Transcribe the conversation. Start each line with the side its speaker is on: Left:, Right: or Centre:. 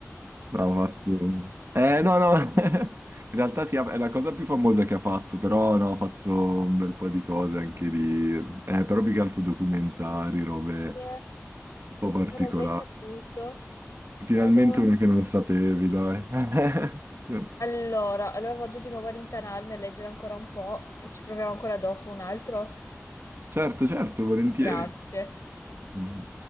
Right: ha fatto... Eh, no, no. <laughs> In realtà sì, è la cosa più famosa che ha fatto, però no, ha fatto un bel po' di cose anche di... Eh, però più che altro documentari, robe
Left: Eh,
Right: un po' particolari.
Left: Non avrei saputo.
Right: Finalmente
Left: Madò.
Right: una che non sapevi, dai. <laughs>
Left: Allora, allora vado di nuovo a rintanarmi a leggere ancora un po' e ci proviamo ancora dopo un altro.
Right: Certo, certo, volentieri.
Left: Grazie.
Right: Mm.